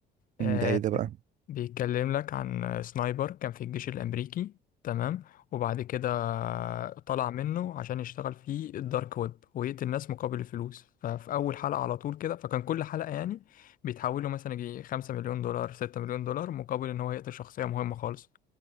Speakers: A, on the left; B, on the right.
A: آه،
B: مم، ده ايه ده بقى
A: بيتكلم لك عن سنايبر كان في الجيش الأمريكي تمام وبعد كده طلع منه عشان يشتغل في الدارك ويب ويقتل الناس مقابل الفلوس ففي أول حلقة على طول كده فكان كل حلقة يعني بيتحولوا مثلا يجي 5 مليون دولار 6 مليون دولار مقابل إن هو يقتل شخصية مهمة خالص